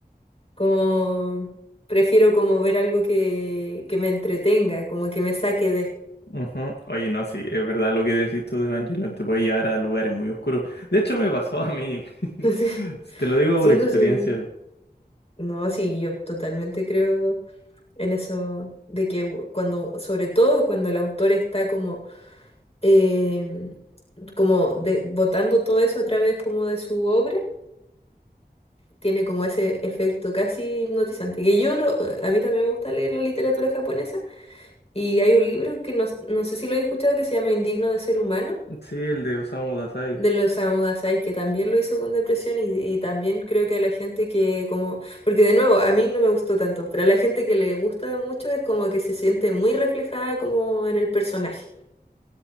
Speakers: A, on the left (about 35°); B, on the left (about 80°).
A: Como prefiero como ver algo que, que me entretenga, como que me saque de.
B: Ujú. Oye, no, sí, es verdad lo que decís tú de Evangelion, te puede llevar a lugares muy oscuros. De hecho, me pasó a mí, <laughs>
A: <laughs>
B: Si te lo digo
A: Sí,
B: por experiencia.
A: pues sí. No, sí, yo totalmente creo en eso de que cuando, sobre todo cuando el autor está como eh, como de, botando todo eso a través como de su obra, tiene como ese efecto casi hipnotizante. Que yo lo, a mí también me gusta leer la literatura japonesa y hay un libro que no, no sé si lo he escuchado que se llama Indigno de ser humano.
B: Sí, el de Osamu Dazai.
A: de los Osamu Dazai, que también lo hizo con depresión y, y también creo que a la gente que como, porque de nuevo, a mí no me gustó tanto, pero a la gente que le gusta mucho es como que se siente muy reflejada como en el personaje.